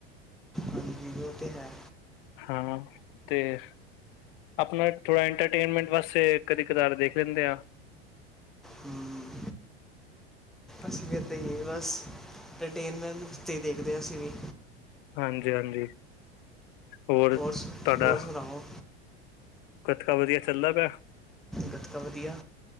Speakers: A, in the centre; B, on the left.
A: ਨਹੀ ਔ ਤੇ ਹੈ।
B: ਹਾਂ ਤੇ, ਆਪਣਾ ਥੋੜਾ ਇੰਟਰਟੇਨਮੈਂਟ ਵਾਸਤੇ ਕਦੇ ਕਦਾਰ ਦੇਖ ਲੈਂਦੇ ਆ।
A: ਹਮ,
B: <unintelligible>
A: ਅਸੀਂ ਵੀ ਇੱਥ ਹੀ ਏ ਬਸ ਇੰਟਰਟੇਨਮੈਂਟ 'ਤੇ ਹੀ ਦੇਖਦੇ ਹਾਂ, ਅਸੀਂ ਵੀ
B: ਹਾਂਜੀ-ਹਾਂਜੀ, ਹੋਰ ਤੁਹਾਡਾ,
A: ਸ- ਹੋਰ ਸੁਣਾਓ
B: ਕਤਕਾ ਵਧੀਆ ਚੱਲਦਾ ਪਿਆ?
A: ਗੱਤਕਾ ਵਧੀਆ